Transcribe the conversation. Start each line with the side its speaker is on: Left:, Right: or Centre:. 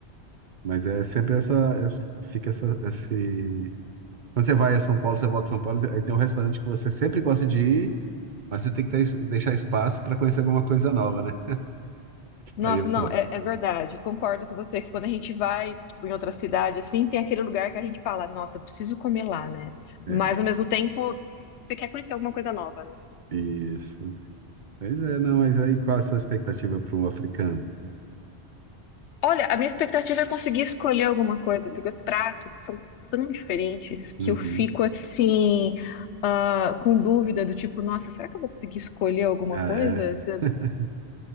Right: mas é sempre essa, essa- fica essa, esse, quando você vai a São Paulo, você volta a São Paulo, aí tem um restaurante que você sempre gosta de ir, mas você tem que ter, deixar espaço para conhecer alguma coisa nova, né?
Left: Nossa,
Right: Aí eu fui.
Left: não, é, é verdade. Concordo com você que quando a gente vai, tipo, em outra cidade, assim, tem aquele lugar que a gente fala, nossa, eu preciso comer lá, né?
Right: É,
Left: Mas ao mesmo tempo, você quer conhecer alguma coisa nova, né?
Right: isso. Mas é, não, mas aí qual é a sua expectativa para o africano?
Left: Olha, a minha expectativa é conseguir escolher alguma coisa, porque os pratos são tão diferentes
Right: Uhum.
Left: que eu fico assim, ah, com dúvida do tipo, nossa, será que eu vou conseguir escolher alguma
Right: Ah,
Left: coisa?
Right: é?
Left: Se-
Right: <laughs>